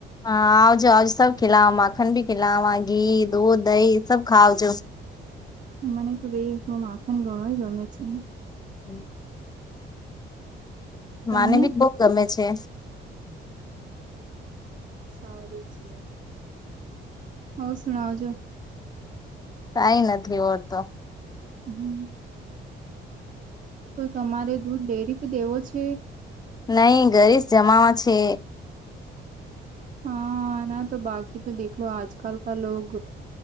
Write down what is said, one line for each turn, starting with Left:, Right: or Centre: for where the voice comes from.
Left: હા આવજો આવજ સબ ખલાવા માખન ભી ખલાવા, ઘી, દૂધ, દહી સબ ખાવજો.
Right: મને તો દ માખણ ઘણો ગમે છે.
Left: હમ્મ. મને
Right: તમને
Left: બી બવ ગમે છે.
Right: સારું છે. હવ સુણાવજો.
Left: કાઈ નથી ઓર તો.
Right: હમ્મ. તો તમારે દૂધ ડેરી પે દેવો છે?
Left: નહી ઘરે જ જમાવા છે.
Right: હા ના તો બાકી તો દેખો આજ કાલ લોગ